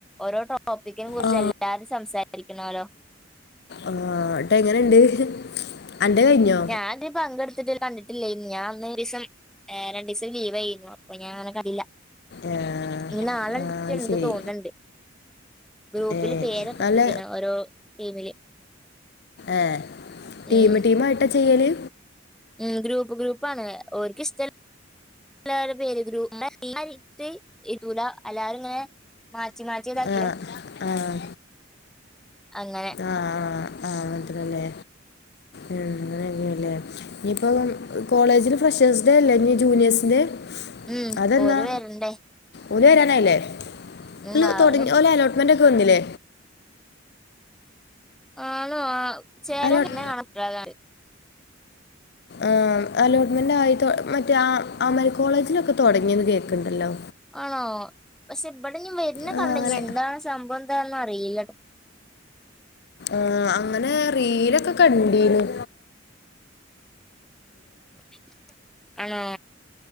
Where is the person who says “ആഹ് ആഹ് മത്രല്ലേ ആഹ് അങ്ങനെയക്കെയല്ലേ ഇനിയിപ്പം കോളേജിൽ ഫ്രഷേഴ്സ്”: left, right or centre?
Left